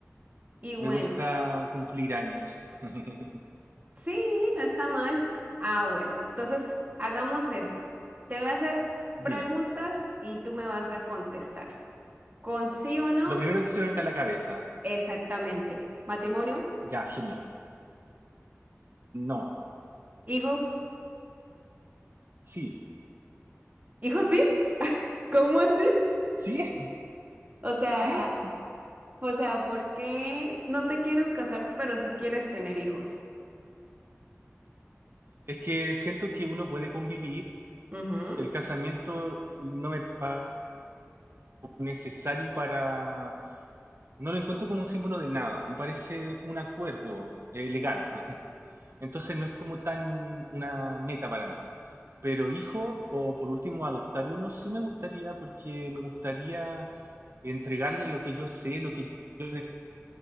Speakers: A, on the right; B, on the right.
A: Y bueno,
B: Me gusta cumplir años. <laughs>
A: sí, no está mal. Ah, bueno, entonces hagamos esto. Te voy a hacer preguntas
B: Dime,
A: y tú me vas a contestar. ¿Con sí o no?
B: lo primero que se me venga a la cabeza,
A: Exactamente. ¿Matrimonio?
B: ya, genial. No,
A: ¿Hijos?
B: sí.
A: ¿Hijos sí? ¿Cómo así?
B: Sí, <laughs>
A: O sea,
B: sí.
A: O sea, ¿por qué no te quieres casar, pero sí quieres tener hijos?
B: Es que siento que uno puede convivir.
A: Ujú,
B: El casamiento no me parece necesario para... No lo encuentro como un símbolo de nada. Me parece un acuerdo eh, legal. <laughs> Entonces no es como tan una meta para mí. Pero hijo, o por último adoptar uno, sí me gustaría porque me gustaría entregarle lo que yo sé, lo que yo